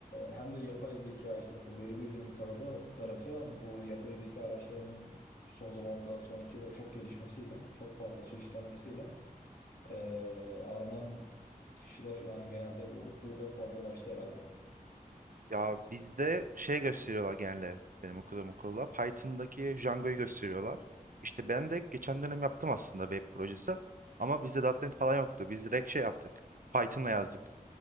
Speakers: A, on the left (about 80°); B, on the right (about 65°).
A: hem de yapay zeka işte bu veri bilimi tarafı, tarafı bu yapay zeka araçlarının son zamanda son iki yılda çok gelişmesiyle çok fazla çeşitlenmesiyle ee, aranan kişiler yani genelde bu burada fazlalaştı herhalde.
B: Ya bizde şey gösteriyorlar genelde benim okuduğum okulda. Python'daki Django'yu gösteriyorlar. İşte ben de geçen dönem yaptım aslında web projesi. Ama bizde .nokta .NET falan yoktu. Biz direkt şey yaptık. Python'la yazdık.